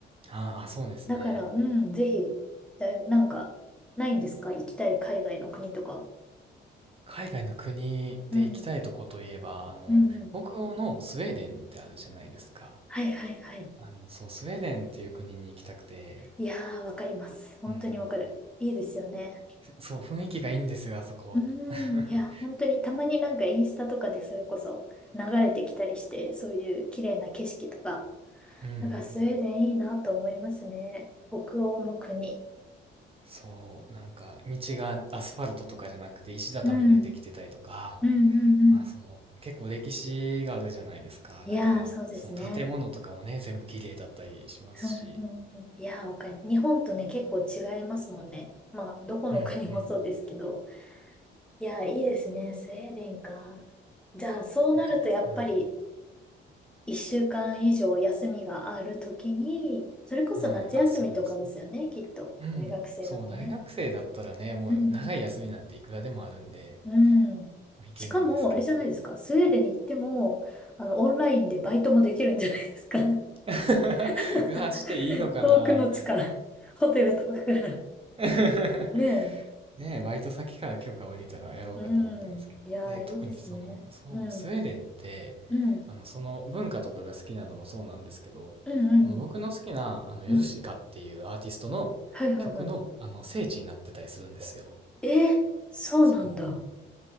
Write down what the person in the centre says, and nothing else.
だから、うん、ぜひ、だい、なんか、ないんですか行きたい海外の国とか。
うん。
うんうん。
はいはいはい。
いやー、わかります。本当にわかる。
いいですよね。
うーん、
いや、本当にたまになんかインスタとかでそれこそ流れてきたりして、そういう綺麗な景色とか、
なんかスウェーデンいいなと思いますね。北欧の国。
うん、うん、うん、うん。
いやー、
そうですね。
うん、うん、うん。いやー、わかる。日本とね、結構違いますもんね。まあ、どこの国もそうですけど。
いやー、いいですね。スウェーデンか。じゃあ、そうなるとやっぱり
一週間以上休みがあるときに、それこそ夏休みとかですよね、
きっと。
大学生だとね。
うんうん。うん。
しかも、あれじゃないですか。スウェーデンに行っても、あの、オンラインでバイトもできるんじゃないですか。
<laughs>
遠くの地から、ホテルとかから。
ね
え。うん。いやー、
いいですね。
うん。
うん。
うんうんうん。
うん。はいはいは
い。えー、そうなんだ。